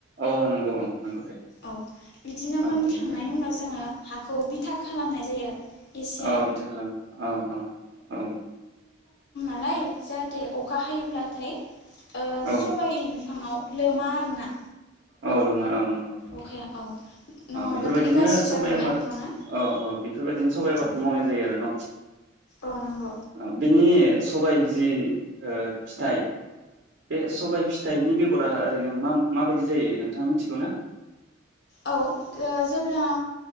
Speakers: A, on the right; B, on the left.
A: औ नंगौ ओं नंगौ दे
B: औ बिदिनो
A: औ
B: मोनखांनायनि
A: बेनिफ्राय
B: उनाव जोङो हा खौ बिथा खालामनाय जायो एसे
A: औ बिथा खालामो अ अ औ
B: लाय जाहाथे अखा हायो अब्लाथाय ओ
A: औ
B: सबाय बिफाङाव लोमा आरोना
A: औ लोमा औ नंगौ
B: अखाया औ नङाबाथाय
A: बेफोरबायदिनो
B: गाज्रि
A: सबाइ
B: जागोन
A: आबाद
B: ना बिफाङा
A: औ औ बेफोरबायदिनो सबाइ आबादखौ
B: औ
A: मावनाय जायो आरो न'
B: औ नंगौ
A: औ बेनि सबाय जि ओ फिथाइ बे सबाय फिथाइनि बेगरा ओरैनो मा माबायदि जायो नोंथाङा मिथिगौ ना
B: औ ओ जेब्ला